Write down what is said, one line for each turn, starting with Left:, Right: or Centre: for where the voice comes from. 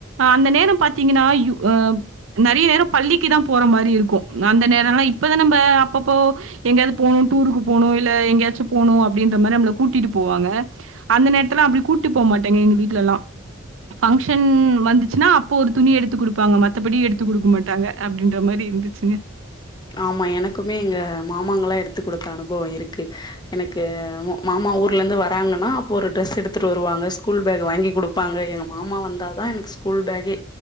Right: அந்த நேரோ பாத்தீங்கன்னா ஆ நெறைய நேரோ பள்ளிக்குதா போற மாரி இருக்கூ அந்த நேரோலா இப்பதா நம்ம அப்பப்போ எங்கேயாது போனு டூருக்கு போனு இல்ல எங்கயாச்சு போணு அப்டின்ற மாரி நம்மள கூட்டிட்டு போவாங்க அந்த நேரத்தெல்லா அப்ப கூட்டிட்டு போக மாட்டாங்க எங்க வீட் லலா ஃபங்ஷன் வந்துச்சுன்னா அப்போ ஒரு துணி எடுத்து குடுப்பாங்க மத்தபடி எடுத்து குடுக்க மாட்டாங்க அப்டின்ற மாரி இருந்துச்சுங்க
Left: ஆமா எனக்குமே எங்க மாமாங்கலா எடுத்து குடுத்த அனுபவோ இருக்கு எனக்கு மாமா ஊர்ல இருந்து வராங்கன்னா அப்போ ஒரு ட்ரெஸ் எடுத்துட்டு வருவாங்க ஸ்கூல் பேக் வாங்கி குடுப்பாங்க எங்க மாமா வந்தா தா எனக்கு ஸ்கூல் பேக்கே